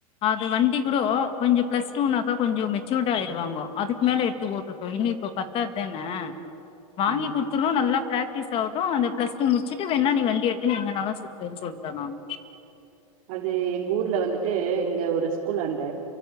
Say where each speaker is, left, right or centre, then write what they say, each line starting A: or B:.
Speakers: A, on the left (about 30°); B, on the right (about 50°).
A: அது வண்டி கூட கொஞ்சம் பிளஸ் டூனாக்கா கொஞ்சம் மெச்சூர்ட ஆடுவாங்க அதுக்கு மேல எடுத்து போட்டுட்டோம் இன்னும் இப்ப பத்தாதது தானே வாங்கி
B: ஆ
A: குடுத்துருவோம் நல்லா பிராக்டிஸ் ஆவட் அந்த பிளஸ்டூ முடிச்சுட்டு வேணா நீ வண்டி எடுத்து எங்கனாலா சுத்துன்னு சொல்லிட்டே நானு
B: அது எங்க ஊர்ல வந்துட்டு இங்க ஒரு ஸ்கூல் ஆண்ட